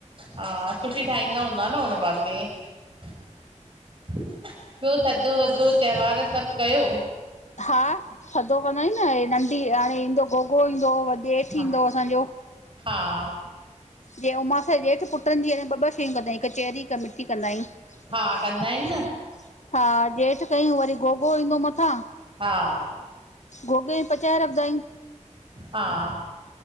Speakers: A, on the right; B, on the left.
A: हा सुठी ठाहींदा हूंदा न हुन पासे ॿियो थधो वधो त्वारु सभु कयो
B: हा थधो कंदा आहियूं न नंढी हाणे ईंदो गोगो ईंदो वॾेि जेठ
A: हा
B: थींदो असांजो
A: हा।
B: जे उमास जेह्ठि पुटनि जी ॿ ॿ शयूं कंदा हिकु चेरी हिकु मि ठी कंदा आहियूं।
A: हा कंदा आहिनि न
B: हा जेठि कयूं वरी गोगरो ईंदो मथां
A: हा
B: गोगे में पचाए रखांदा अयू
A: हा।